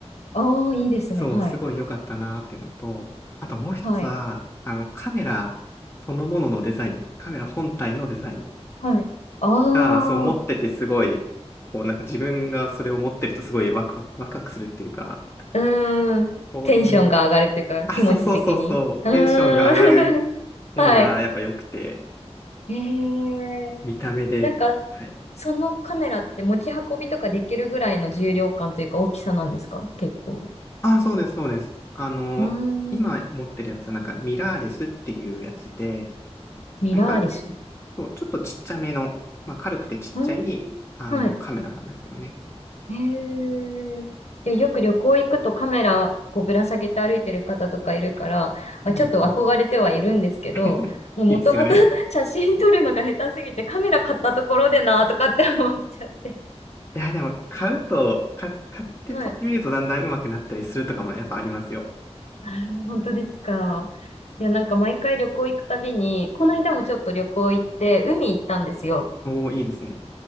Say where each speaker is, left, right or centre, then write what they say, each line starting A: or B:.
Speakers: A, on the left (about 75°); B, on the left (about 25°).
A: ああ、いいですね。
B: そう、
A: はい、
B: すごい良かったなーっていうのと、あともう一つは、
A: はい、
B: あの、カメラそのもののデザイン、カメラ本体のデザイン
A: はい。あ
B: が、そう持っててすごい、
A: あ、
B: こうなんか自分がそれを持ってるとすごいワクワク、ワクワクするっていうか、
A: うーん。
B: そういう、
A: テンションが上がるというか、
B: あ、
A: 気持ち的に。
B: そうそうそうそう、テンションが上がる
A: うーん。
B: ものがやっぱ良くて、
A: <laughs> はい。ええ
B: 見た目で、
A: なんか、
B: はい。
A: そのカメラって持ち運びとかできるぐらいの重量感というか大きさなんですか結構。
B: あ、そうです、そうです。あの、
A: うーん。
B: 今持ってるやつはなんかミラーレスっていうやつで、
A: ミラーリス。
B: なんか
A: う
B: そう、ちょっとちっちゃめの、まあ、軽くてちっちゃい、
A: ーん。
B: あの、
A: はい。
B: カメラなんですよね。
A: へえ。いや、よく旅行行くとカメラこうぶら下げて歩いてる方とかいるから、あ、
B: うんうん。
A: ちょっと憧れてはいるんですけど、
B: <laughs>
A: もうもともと
B: いいですよね。
A: <laughs> 写真撮るのが下手すぎてカメラ買ったところでなとかって思っちゃって。
B: いや、でも、買うと、か、買って撮ってみるとだんだん上手くなったりするとかもやっぱありますよ。
A: はい。あー、本当ですか。いや、なんか毎回旅行行くたびに、この間もちょっと旅行行って海行ったんですよ。
B: おお、いいですね。